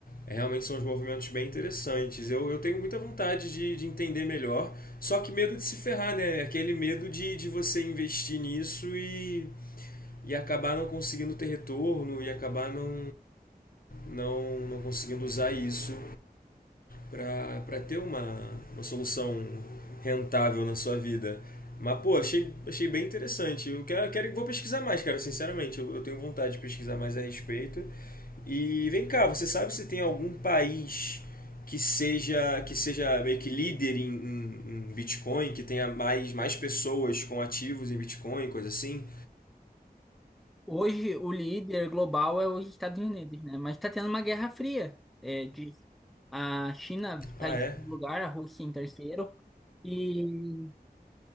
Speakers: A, on the left; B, in the centre.
A: é, realmente são uns movimentos bem interessantes. Eu, eu tenho muita vontade de, de entender melhor, só que medo de se ferrar, né? Aquele medo de, de você investir nisso e, e acabar não conseguindo ter retorno e acabar não, não, não conseguindo usar isso para ter uma, uma solução rentável na sua vida. Mas, pô, achei, achei bem interessante. Eu quero, quero, vou pesquisar mais, cara, sinceramente. Eu, eu tenho vontade de pesquisar mais a respeito. E vem cá, você sabe se tem algum país que seja, que seja meio que líder em, em, em Bitcoin, que tenha mais, mais pessoas com ativos em Bitcoin, coisa assim?
B: Hoje, o líder global é os Estados Unidos, né? Mas está tendo uma guerra fria, é, disso. A China está
A: Ah,
B: em
A: é?
B: segundo lugar, a Rússia em terceiro, e